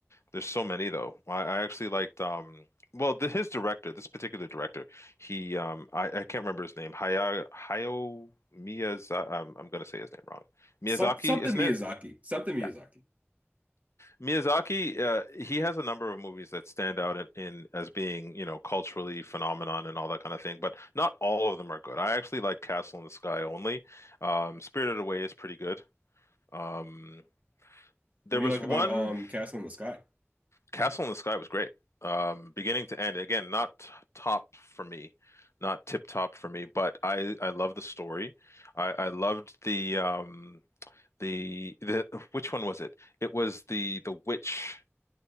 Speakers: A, on the left; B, on the right.
A: There's so many though. I, I actually liked um well the, his director, this particular director, he um I, I can't remember his name. Haya Hayao Miyazaki. I'm, I'm gonna say his name wrong.
B: <laughs>
A: Miyazaki,
B: Some something
A: isn't
B: Miyazaki,
A: it?
B: something
A: Yeah.
B: Miyazaki.
A: Miyazaki, uh, he has a number of movies that stand out in, in as being, you know, culturally phenomenon and all that kind of thing, but not all of them are good. I actually like Castle in the Sky only. Um, Spirited Away is pretty good. Um, There
B: What do
A: was
B: you like
A: one
B: about um Castle in the Sky?
A: Castle in the Sky was great, um, beginning to end. Again, not top for me, not tip top for me, but I I love the story. I I loved the um the the <laughs> which one was it? It was the the witch.